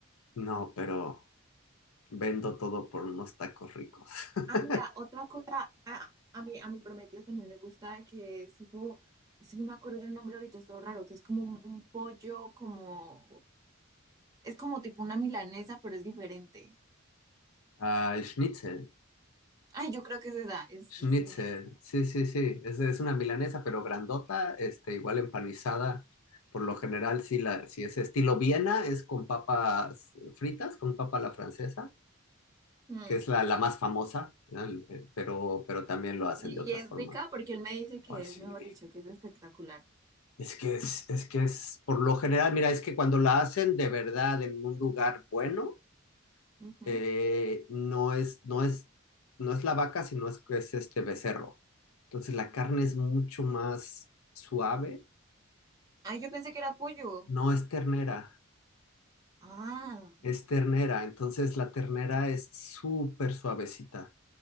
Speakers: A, on the left; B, on the right.
A: no, pero vendo todo por unos tacos ricos. <laughs>
B: Ah, mira, otra cosa, a, a mi, a mi prometido también le gusta que es tipo, si no me acuerdo el nombre ahorita, es todo raro, que es como un, un pollo, como, es como tipo una milanesa, pero es diferente.
A: Ah, el schnitzel,
B: Ay, yo creo que es esa, es,
A: schnitzel,
B: es, ni-
A: sí, sí, sí, es, es una milanesa, pero grandota, este, igual empanizada. Por lo general, sí, la, si es estilo Viena, es con papas fritas, con papa a la francesa,
B: Mm.
A: que es la, la más famosa, ¿no? El- eh, pero, pero también lo hacen
B: Y,
A: de otras
B: y es
A: formas.
B: rica porque él me dice que
A: Ay, sí.
B: es, mejor dicho, que es espectacular.
A: Es que es, es que es, por lo general, mira, es que cuando la hacen de verdad en un lugar bueno,
B: Ujú.
A: eh, no es, no es, no es la vaca, sino es, es este becerro. Entonces la carne es mucho más suave.
B: Ah, yo pensé que era pollo.
A: No es ternera,
B: Ah,
A: es ternera. Entonces la ternera es súper suavecita.